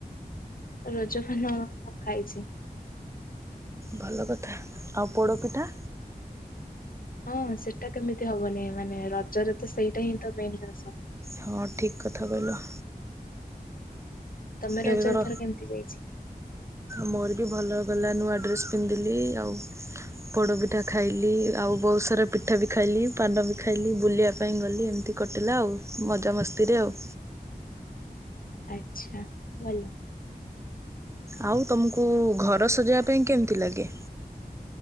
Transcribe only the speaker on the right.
ଭଲ କଥା ଆଉ ପୋଡପିଠା?
ହଁ ଠିକ୍ କଥା କହିଲ।
ଏବେ ତର
ମୋର ବି ଭଲ ଗଲା ନୂଆ ଡ୍ରେସ୍ ପିନ୍ଧିଲି ଆଉ ପୋଡ ପିଠା ଖାଇଲି ଆଉ ବହୁତ ସାରା ପିଠା ବି ଖାଇଲି ପାନ ବି ଖାଇଲି ବୁଲିବା ପାଇଁ ଗଲି ଏମତି କଟିଲା ଆଉ ମଜାମସ୍ତିରେ ଆଉ।
ଆଉ ତମୁକୁ ଘର ସଜେଇବା ପାଇଁ କେମତି ଲାଗେ?